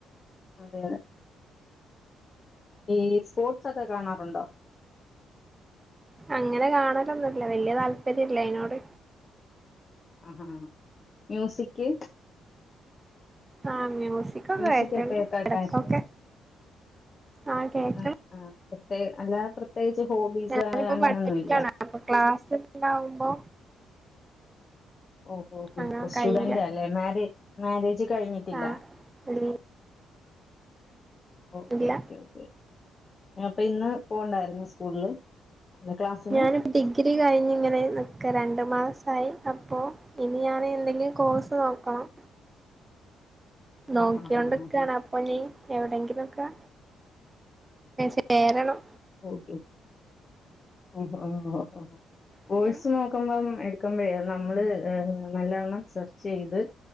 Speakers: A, on the left (about 35°); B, on the right (about 20°).
A: അതെ അതെ ഈ സ്പോർട്സ് ഒക്കെ കാണാറുണ്ടോ
B: അങ്ങനെ കാണലൊന്നുല്ല വല്യ താല്പര്യല്ല അയിനോട്
A: ആഹാ മ്യൂസിക്
B: ആഹ് മ്യൂസിക്കൊക്കെ
A: മ്യൂസിക്
B: കേക്കണ്ട്
A: ഒക്കെ കേക്കാൻ
B: ഇടക്കൊക്കെ
A: ഇഷ്ടം
B: ആഹ് കേക്കണ
A: ആ ആ പ്രത്യേക അല്ലാതെ പ്രത്യേകിച്ച് ഹോബീസ്
B: ഞാനിപ്പോ
A: അങ്ങനൊന്നും
B: പഠിക്കാണ്
A: ഇല്ല
B: അപ്പൊ ക്ലാസ് ഉണ്ടാവുമ്പോ
A: ഓ ഓ ഓ
B: അങ്ങനെ
A: ഓ സ്റ്റുഡന്റ്
B: കയ്യില്ല
A: അല്ലേ മാരേ മാരേജ് കഴിഞ്ഞിട്ടില്ല
B: ആഹ് ഇ
A: ഓക്കെ
B: ഇല്ല
A: ഓക്കെ ഓക്കെ അപ്പൊ ഇന്ന് പോണ്ടായിരുന്നു സ്കൂളില് അല്ല ക്ലാസ്സിന്
B: ഞാനിപ്പോ ഡിഗ്രി കഴിഞ്ഞ് ഇങ്ങനെ നിക്ക രണ്ട് മാസായി അപ്പോ ഇനി ഞാൻ എന്തെങ്കിലും കോഴ്സ് നോക്കണം നോക്കിയോണ്ട്ക്കാണ്
A: ആ ഹാ ഹാ ഹാ
B: അപ്പൊ ഇനി എവിടെങ്കിലൊക്കെ ചേരണം
A: ഓക്കെ ഓ ഓ ഓ ഓ
B: അങ്ങനെ
A: കോഴ്സ് നോക്കുമ്പം എടുക്കുമ്പഴേ നമ്മള് ഏഹ് നല്ലവണ്ണം സെർച്ച് ചെയ്ത്